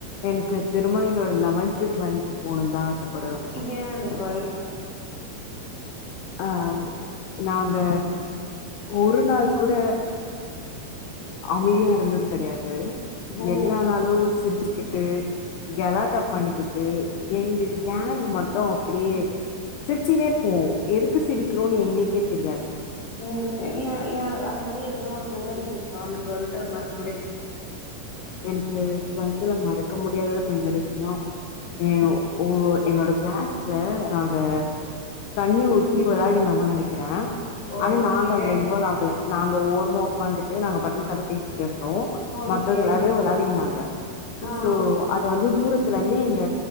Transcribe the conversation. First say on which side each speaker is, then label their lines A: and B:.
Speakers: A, on the left; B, on the left.
A: எனக்கு திரும்ம என்னோட லெவன்து டுவெல்த் போணுனு தா ஆசப்படுவே
B: ஏ அந்த டுவெல்த்
A: அ நாங்க ஒரு நாள் கூட அமையா இருந்தது கெடையாது
B: ஓ
A: எல்லா நாளு சிர் ச்சுகிட்டு கலாட்டா பண்ணிக்கிட்டு எங்க கேங் மட்டு அப்பிடியே சிரிச்சுனே இருப்போ எதுக்கு சிரிக்கிறோன் எங்களுக்கே தெரியாது
B: ம் ம்ஏ ஏ அந்த மாரி எதுனா ஒரு மெமரிஸ் இருக்கா அந்த ட்வெல்த்துல மறக்
A: எனக்கு ட்வெல் த்துல மறக்க முடியாத மெமரிஸ்னா ஏ ஓ என்னோட க்ளாஸ்ல நாங்க தண்ணி ஊத்தி வெளாடினாங்கனு நெனக்கிறே
B: ஓகே
A: ஆனா நாங்க அதுல இன்வால்வ் ஆகல நாங்க ஓரமா ஒக்காந்துட்டு நாங்க பாட்டுனு கத பேசிட்டு இருந்தோ
B: ஓகே
A: மத்தவ்ங்க எல்லாருமே வெளயாடிந்தாங்க
B: ஆ
A: சோ அது வந்து தூரத்துலெந்து எங்க